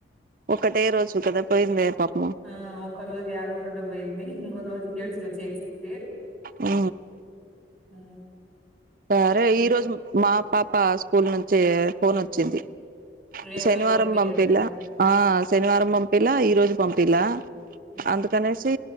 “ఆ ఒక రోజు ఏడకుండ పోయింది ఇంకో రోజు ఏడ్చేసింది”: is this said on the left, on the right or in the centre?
Centre